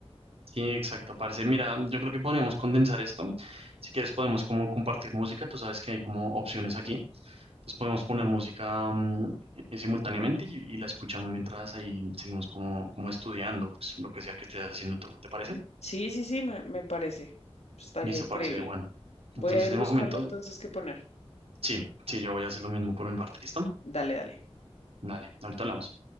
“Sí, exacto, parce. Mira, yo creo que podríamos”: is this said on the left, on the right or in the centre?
Right